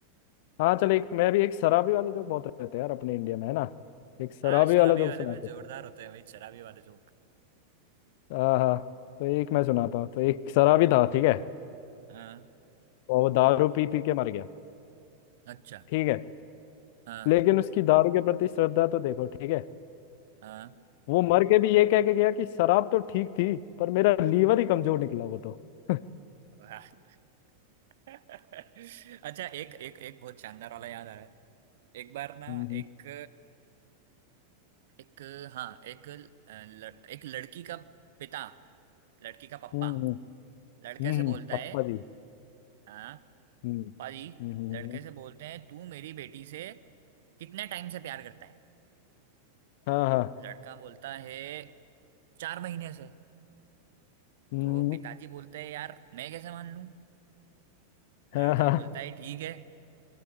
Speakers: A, on the left; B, on the right.
A: हाँ चल एक मैं भी एक शराबी वाले जोक बहुत रहते हैं यार अपने इंडिया में है ना एक शराबी
B: हाँ शराबी
A: वाला जोक
B: वाले
A: सुना
B: में
A: देता
B: जोरदार
A: हूँ
B: होते हैं भाई शराबी वाले जोक
A: हाँ हाँ तो एक मैं सुनाता हूँ तो एक शराबी था ठीक है
B: हाँ
A: और वो दारू पी पी के मर गया
B: अच्छा
A: ठीक है
B: हाँ
A: लेकिन उसकी दारू के प्रति श्रद्धा तो देखो ठीक है
B: हाँ
A: वो मर के भी ये कह के गया कि शराब तो ठीक थी पर मेरा लीवर ही कमजोर निकला वो तो <laughs>
B: हाँ। <laughs> अच्छा एक एक एक बहुत शानदार वाला याद आ रहा है एक बार ना
A: हम्म
B: एक एक हाँ एक ल, एक लड़की का पिता लड़की का पप्पा
A: हम्म हम्म
B: लड़के से
A: हम्म,
B: बोलता
A: पप्पा
B: है
A: जी
B: हाँ
A: हम्म
B: पप्पा जी
A: हम्म हम्म,
B: लड़के से बोलते हैं तू मेरी बेटी से कितने टाइम से प्यार करता है
A: हाँ हाँ
B: लड़का बोलता है चार महीने से
A: हम्म
B: तो पिताजी बोलते हैं यार मैं कैसे मान लूं लड़का
A: हाँ हाँ
B: बोलता है ठीक है